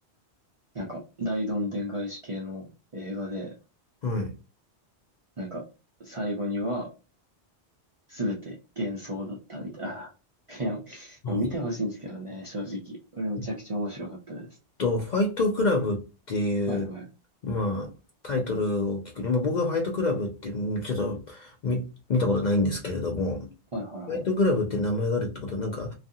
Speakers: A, on the right (about 40°); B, on the left (about 55°).
A: なんか、大どんでん返し系の映画で、
B: い。はい。
A: なんか、最後には、すべて幻想だったみたい。ああ、いや、
B: あ
A: でも見てほしいんですけどね、正直。これめちゃくちゃ面白かったです。
B: えっと、ファイトクラブっていう
A: はいはい。
B: まあ、タイトルを聞くに、まあ、僕はファイトクラブってみちょっと見、見たことないんですけれども、
A: はいはいはい。
B: ファイトクラブって名前があるってことは、なんか、